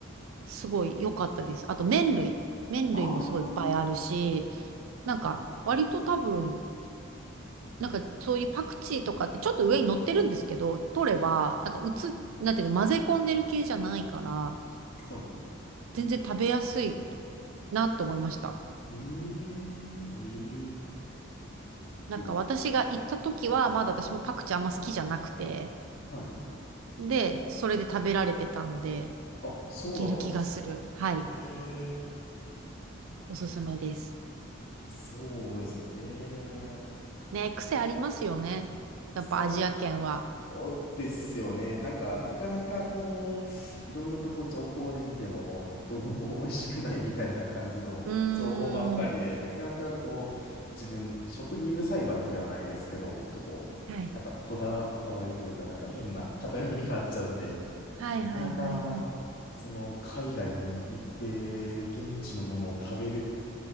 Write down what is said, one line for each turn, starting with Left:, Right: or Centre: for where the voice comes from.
Right: すごい良かったです。あと麺類。麺類もすごいいっぱいあるし、
Left: あー、
Right: なんか割と多分なんかそういうパクチーとかってちょっと上に乗ってるんですけど、取れば、なんかうつ、なんていうの、混ぜ込んでる系じゃないから、
Left: はい。
Right: 全然食べやすいなって思いました。
Left: うーん、ええ
Right: なんか私が行った時は、
Left: と、
Right: まだ私もパクチーあんま好きじゃなくて、
Left: はい。
Right: で、それで食べられてたので、
Left: あ、そうだったんですね。
Right: いける気がする。はい。
Left: ええ
Right: おすすめです。
Left: そうですね。へえ。
Right: ね、癖ありますよね。やっぱアジア圏は。
Left: そうですよね。なんか、なかなかこう、いろんなとこ情報で見ても、どこも美味しくないみたいな感じの情報ばっかりで、
Right: うーん。
Left: なかなかこう、自分、食にうるさいわけではないですけど、ちょっと、
Right: はい。
Left: なんかこだ、こだわりというか、なんか変な偏りがあっちゃうんで、
Right: はいはいはいはい。
Left: なかなか、その、海外に行って、現地のものを食べる、